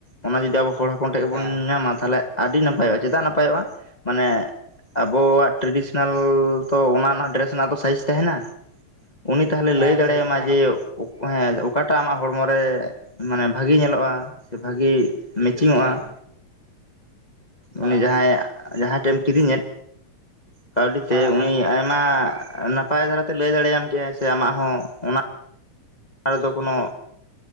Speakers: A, on the left; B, on the right.
A: ᱚᱱᱟ ᱡᱩᱚᱫᱤ ᱟᱵᱚ ᱦᱚᱲ ᱦᱚᱯᱚᱱ ᱴᱷᱮᱱ ᱜᱮᱵᱚᱱ
B: ᱦᱮᱸ
A: ᱧᱟᱢᱟ ᱛᱟᱞᱦᱮ ᱟᱹᱰᱤ ᱱᱟᱯᱟᱭᱚᱜ-ᱟ ‌ᱪᱮᱫᱟᱜ ᱱᱟᱯᱟᱭᱚᱜ-ᱟ ᱢᱟᱱᱮ ᱟᱵᱚᱣᱟᱜ ᱴᱨᱮᱰᱤᱥᱮᱱᱟᱞ ᱛᱚ ᱚᱱᱟ ᱨᱮᱱᱟᱜ ᱰᱨᱮᱥ ᱨᱮᱱᱟᱜ ᱫᱚ ᱥᱟᱭᱤᱡᱽ ᱛᱟᱦᱮᱱ-ᱟ᱾ ᱩᱱᱤ ᱛᱟᱦᱟᱞᱮ
B: ᱦᱮᱸ
A: ᱞᱟᱹᱭ ᱫᱟᱲᱮᱭᱟᱢᱟᱭ
B: ᱥᱮ ᱛᱟᱦᱮᱱᱟ
A: ᱡᱮ
B: ᱛᱚ
A: ᱦᱮᱸ ᱚᱠᱟᱴᱟᱜ ᱟᱢᱟᱜ ᱦᱚᱲᱢᱚ ᱨᱮ ᱢᱟᱱᱮ ᱵᱷᱟᱜᱮ ᱧᱮᱞᱚᱜ-ᱟ ᱥᱮ ᱵᱷᱟᱜᱮ ᱢᱮᱪᱤᱝᱚᱜ-ᱟ
B: ᱦᱮᱸ
A: ᱾
B: ᱦᱮᱸ
A: ᱩᱱᱤ ᱡᱟᱦᱟᱸᱭᱟᱜ ᱡᱟᱦᱟᱸᱭ ᱴᱮᱜᱮᱢ ᱠᱤᱨᱤᱧᱮᱫ ᱠᱟᱹᱣᱰᱤ
B: ᱦᱮᱸ
A: ᱛᱮ
B: ᱦᱮᱸ
A: ᱩᱱᱤ ᱟᱭᱢᱟ ᱱᱟᱯᱟᱭ ᱫᱷᱟᱨᱟᱛᱮᱭ ᱞᱟᱹᱭ ᱫᱟᱲᱮᱭᱟᱢ ᱠᱮᱭᱟᱭ ᱥᱮ ᱟᱢᱟᱜ ᱦᱚᱸ ᱚᱱᱟ ᱱᱟ ᱨᱮᱫᱚ ᱠᱚᱱᱚ